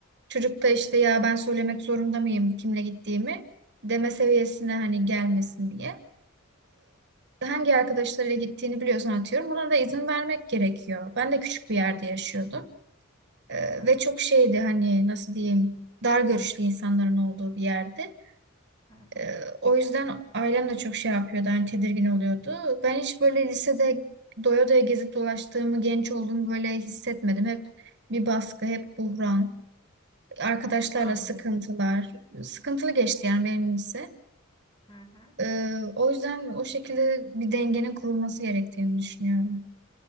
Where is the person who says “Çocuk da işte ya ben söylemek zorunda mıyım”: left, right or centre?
Right